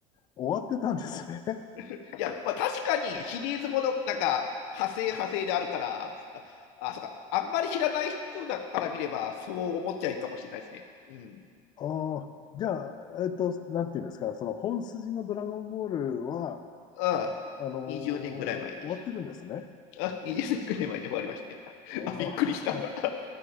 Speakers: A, on the left; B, on the left.
A: 終わってたんですね。<laughs>
B: いや、まあ、確かにシリーズもの、なんか、派生派生であるから、あ、あそうか、あんまり知らない人だから見れば、そう思っちゃいいかもしれないですね。うん。
A: ああ、じゃあ、えっと、なんていうんですか、その本筋のドラゴンボールは、
B: ああ、
A: あのー終わってるんですね。
B: 20年ぐらい前に。あ、20年ぐらい前に終わりましたよ。<laughs>
A: ああ、
B: あ、びっくりした。<laughs>